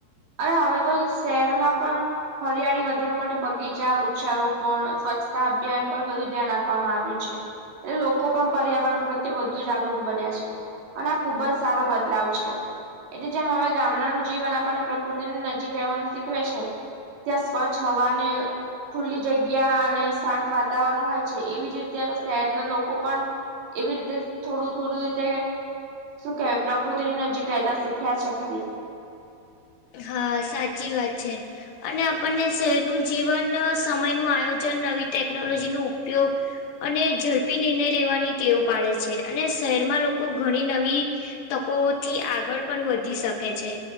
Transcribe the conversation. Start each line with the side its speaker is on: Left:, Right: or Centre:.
Right: અને હવે તો શહેરમાં પણ હરિયાળી વધારા માટે બગીચા વૃક્ષારોપણ સ્વચ્છતા અભિયાન પર વધુ ધ્યાન આપવામાં આવ્યું છે એટલે લોકો પણ પર્યાવરણ પ્રત્યે વધુ જાગૃત બન્યા છે અને ખુબ જ સારો બદલાવ છે એટલે જેમ અમે ગામડાનું જીવન આપણને પ્રકૃતિની નજીક રહેવાનું શીખવે છે ત્યાં સ્વચ્છ હવાને ખુલ્લી જગ્યા અને શાંત વાતાવરણ હોય છે એવી જ રીતે હવે શહેરના લોકો પણ એવી રીતે થોડું થોડું રીતે શું કેહેવાય પ્રકૃતિની નજીક રહેતા શીખ્યા છે ખરી
Left: હા સાચી વાત છે અને આપણને શહેરનું જીવન સમય નું આયોજન નવી ટેકનોલોજી ન ઉપયોગ અને ઝડપી નિર્ણય લેવાની ટેવ પાડે છે અને શહેરમાં લોકો ઘણી નવી તકો થી આગળ પણ વધી શકે છે